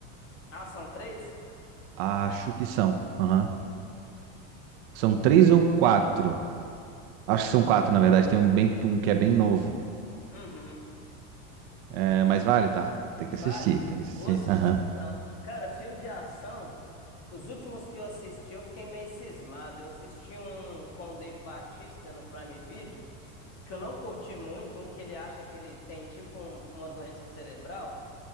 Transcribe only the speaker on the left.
Ah, são três?
Uhum.
Vale,
vou assistir
então. Cara, filme de ação, os últimos que eu assisti eu fiquei meio cismado. Eu assisti um com o Dave Batista no Prime Video, que eu não curti muito, um que ele acha que ele tem tipo um- uma doença cerebral,